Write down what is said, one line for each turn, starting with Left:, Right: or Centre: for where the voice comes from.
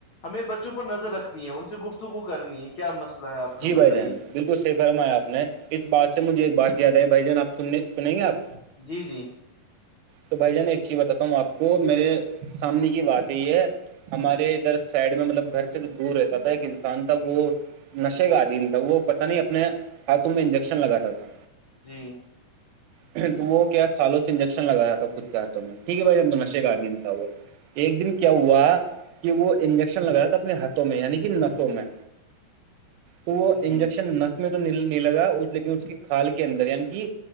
Left: ہمیں بچوں پر نظر رکھتی ہے ان سے گفت کو کرنی ہے کیا مسئلہ ہے آپ
Right: جی
Left: کا
Right: بھائی
Left: بتائیے
Right: جان بالکل صحی فرمایا آپ نے اس بات سے مجھے ایک بات یاد آ بھائی جان آنے سنیں گے آپ
Left: جی جی
Right: تو بھائی جان ایک چیز بتاتا ہوں آپ کو میرے سامنے کی بات یہ ہے ہمارے ادھر سائڈ میں مطلب گھر سے تو دور رہتا تھا ایک انسان تھا وہ نشے کا عدیم تھا وہ پتہ نہیں اپنے ہاتھوں میں انجیکشن لگاتا تھا
Left: جی
Right: تو وہ کیا سالوں سے انجیکشن لگایا تھا تب خود کہتا ہوں میں ٹھیک ہے بھائی جان تو نشے کاد دین تھا وہ ایک دن کیا ہوا کہ وہ انجیکشن لگ رہا تھا اپنے ہاتھوں میں یعنی کہ نسوں میں تو وہ
Left: جی
Right: انجیکشن نس اس میں تونے لگا لیکن اس کی کھال کے اندر یعنی کہ